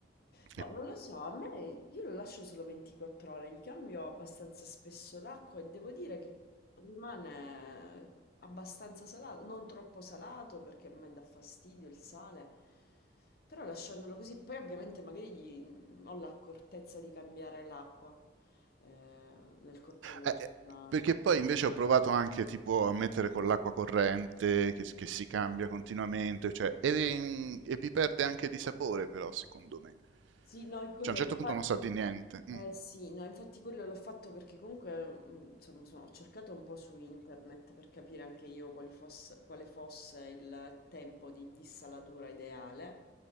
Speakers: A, on the left; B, on the right.
A: Boh,
B: E-
A: non lo so, a me io lo lascio solo 24 ore, gli cambio abbastanza spesso l'acqua e devo dire che rimane abbastanza salato, non troppo salato perché a me dà fastidio il sale, però lasciandolo così, poi ovviamente magari gli- mm, ho l'accortezza di cambiare l'acqua eh, nel corso della
B: eh,
A: giornata.
B: eh, perché poi invece ho provato anche tipo a mettere con l'acqua corrente che, che si cambia
A: Sì,
B: continuamente, cioè, e, e vi perde anche di sapore però secondo me.
A: Sì, no, io quello
B: Cioè a un certo
A: l'ho
B: punto
A: fa-
B: non sa di niente.
A: eh,
B: Mm.
A: sì, no, infatti quello l'ho fatto perché comunque, mh, insomma, sono- ho cercato un po' su internet per capire anche io quali fosse- quale fosse il tempo di dissalatura ideale